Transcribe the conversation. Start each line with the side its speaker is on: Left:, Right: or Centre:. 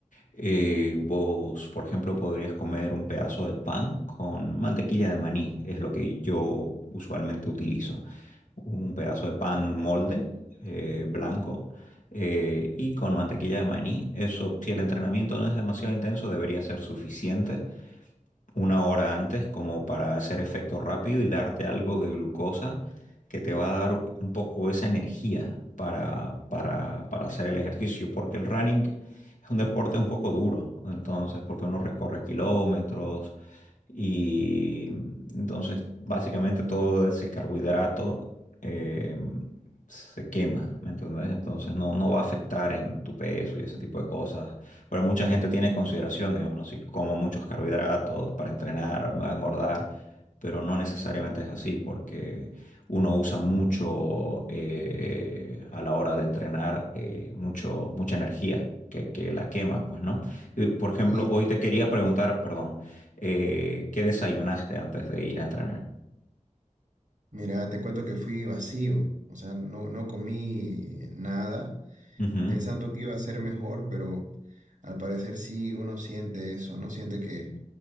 Left: eh, vos, por ejemplo, podrías comer un pedazo de pan con mantequilla de maní, es lo que yo usualmente utilizo. Un pedazo de pan molde, eh, blanco, eh, y con mantequilla de maní. Eso, si el entrenamiento no es demasiado intenso, debería ser suficiente una hora antes como para hacer efecto rápido y darte algo de glucosa que te va a dar un poco esa energía para, para, para hacer el ejercicio, porque el running es un deporte un poco duro, entonces, porque uno recorre kilómetros y entonces básicamente todo ese carbohidrato eh, se quema, ¿me entendés? Entonces no, no va a afectar en tu peso y ese tipo de cosas pero mucha gente tiene consideración, digamos, ¿no? Si como muchos carbohidratos para entrenar, me va a engordar, pero no necesariamente es así, porque uno usa mucho eh, a la hora de entrenar, eh, mucho, mucha energía que, que la quema, pues, ¿no? Y, por ejemplo,
Right: Y,
Left: hoy te quería preguntar, perdón, eh, ¿qué desayunaste antes de ir a entrenar?
Right: Mira, te cuento que fui vacío, o sea, no, no comí nada,
Left: Ujú,
Right: pensando que iba a ser mejor, pero al parecer sí uno siente eso, ¿no? Siente que,